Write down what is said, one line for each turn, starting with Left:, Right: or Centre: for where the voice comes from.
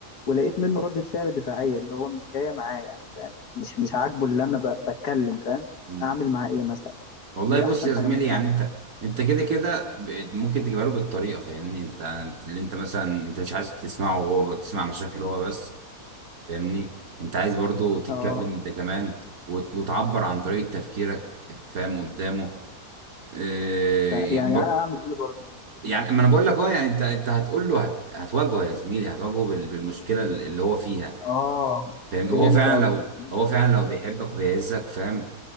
Left: ولقيت منه ردة فعل دفاعية اللي هو مش جاية معاه يعني فاهم مش مش عاجبه اللي انا ب- بتكلم فاهم
Right: امم
Left: اعمل معاه ايه مثلا
Right: والله
Left: دي
Right: بص
Left: احسن
Right: يا
Left: حاجة
Right: زميلي
Left: ممكن
Right: يعني
Left: اعملها
Right: انت انت كده كده ب- ممكن تجيبها له بالطريقه فاهمني انت انت- اللي انت مثلا انت مش عايز تسمعه وهو بتسمع مشاكله هو بس فاهمني انت عايز برضو تتكلم
Left: اه
Right: انت كمان وت- وتعبر عن طريقه تفكيرك فاهم قدامه اه
Left: ف- يعني
Right: ب-
Left: انا اعمل ايه برضه ما قلتليش
Right: يعني ما انا بقول لك اه يعني انت انت هتقول له هت هتواجهه يا زميلي هتواجهه بال- بالمشكله اللي هو فيها
Left: اه
Right: فاهمني
Left: فهمت
Right: وهو فعلا
Left: قصدك
Right: لو
Left: فهمت.
Right: هو فعلا لو بيحبك وبيعزك فاهم